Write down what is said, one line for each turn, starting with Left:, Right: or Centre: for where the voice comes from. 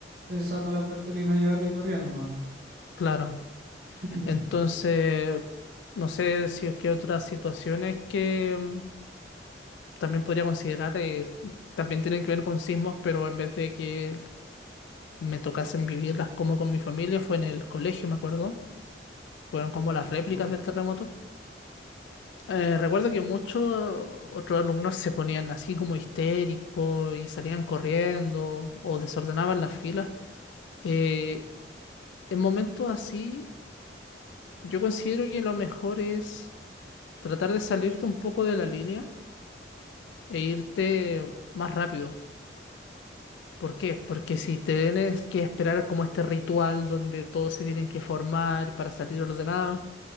Right: pensando la cuestión y no llegando y corriendo nomás.
Left: Claro.
Right: <clears throat>
Left: Entonces, no sé si es que otras situaciones que mm, también podría considerar eh, también tienen que ver con sismos, pero en vez de que me tocasen vivirlas como con mi familia, fue en el colegio, me acuerdo. Fueron como las réplicas
Right: Ujú.
Left: del terremoto. Eh, recuerdo que muchos otros alumnos se ponían así como histéricos y salían corriendo o desordenaban las filas. Eh, en momentos así, yo considero que lo mejor es tratar de salirte un poco de la línea e irte más rápido. ¿Por qué? Porque si te tienes que esperar como este ritual donde todos se tienen que formar para salir ordenados,